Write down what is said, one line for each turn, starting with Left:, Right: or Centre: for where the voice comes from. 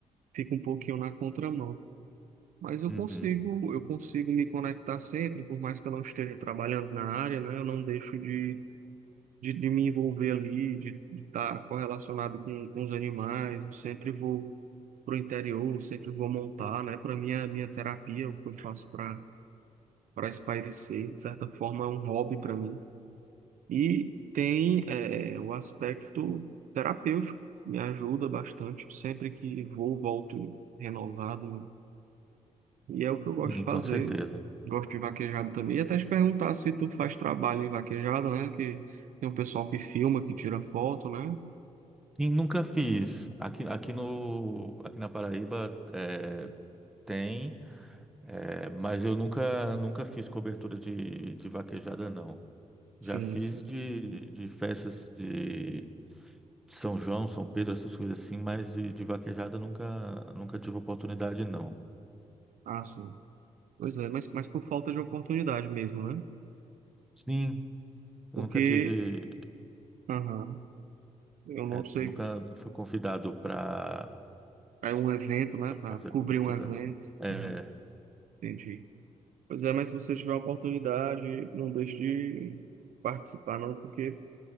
Right: fica um pouquinho na contramão. Mas eu
Centre: Uhum.
Right: consigo, eu consigo me conectar sempre, por mais que eu não esteja trabalhando na área, né? Eu não deixo de, de, de me envolver ali, de estar correlacionado com, com os animais. Eu sempre vou para o interior, sempre vou montar, né? Para mim, a minha terapia, o que eu faço para para espairecer, de certa forma, é um hobby para mim. E tem eh, o aspecto terapêutico, me ajuda bastante. Sempre que vou, volto renovado, né. E é o que eu gosto
Centre: Sim,
Right: de fazer.
Centre: com certeza.
Right: Gosto de vaquejada também. E até te perguntar se tu faz trabalho em vaquejada, né? Que tem um pessoal que filma, que tira foto, né?
Centre: Sim, nunca fiz. Aqui, aqui, no, aqui na Paraíba é, tem, é, mas eu nunca, nunca fiz cobertura de, de vaquejada, não.
Right: Sim,
Centre: Já fiz
Right: sim.
Centre: de, de festas de São João, São Pedro, essas coisas assim, mas de, de vaquejada nunca, nunca tive oportunidade, não.
Right: Ah, sim. Pois é, mas, mas por falta de oportunidade mesmo, né?
Centre: Sim,
Right: Porque,
Centre: eu nunca tive,
Right: aham, eu
Centre: é,
Right: não sei,
Centre: nunca fui convidado para
Right: é um evento, né? Para
Centre: fazer
Right: cobrir
Centre: a cobertura,
Right: um evento.
Centre: não. É,
Right: Uhum, entendi. Pois é, mas se você tiver a oportunidade, não deixe de participar, não, porque